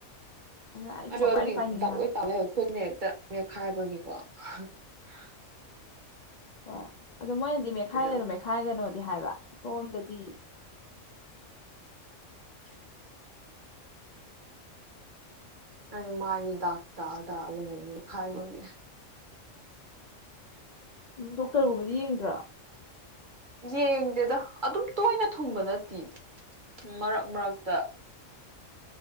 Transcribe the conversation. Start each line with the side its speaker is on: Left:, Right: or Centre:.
Left: ꯑꯗꯨꯅ ꯑꯩꯗꯤ
Right: ꯑ
Left: ꯄꯪꯄꯥꯏꯗꯤ
Right: ꯑꯗꯨꯒꯤ
Left: ꯄꯥꯏꯅꯤꯡꯉꯦ
Right: ꯗꯥꯛꯂꯣꯏ
Left: ꯍꯥꯏꯕ
Right: ꯇꯥꯛꯂ ꯈꯨꯠꯅꯦ ꯍꯦꯛꯇ ꯃꯦꯛꯈꯥꯏꯕꯒꯤꯀꯣ ꯍ ꯪ ꯍ
Left: ꯍꯣꯏ ꯑꯗꯨ ꯃꯣꯏꯅꯗꯤ ꯃꯦꯠꯈꯥꯏꯒꯅꯨ
Right: ꯎꯝ
Left: ꯃꯦꯠꯈꯥꯏꯒꯅꯨꯗꯤ ꯍꯥꯏꯕ ꯁꯣꯝꯗꯗꯤ
Right: <inaudible> ꯑꯩ ꯃꯥꯏꯒꯤ ꯗꯥꯛ ꯇ ꯇꯒ ꯃꯦꯈꯥꯏꯕꯒꯤ
Left: ꯗꯣꯛꯇꯔꯒꯨꯝꯕꯗꯤ ꯌꯦꯡꯗ꯭ꯔꯣ
Right: ꯌꯦꯡꯗꯦꯗ ꯑꯗꯨꯝ ꯇꯣꯏꯅ ꯊꯨꯡꯕ ꯅꯠꯇꯦ ꯃꯔꯛ ꯃꯔꯛꯇ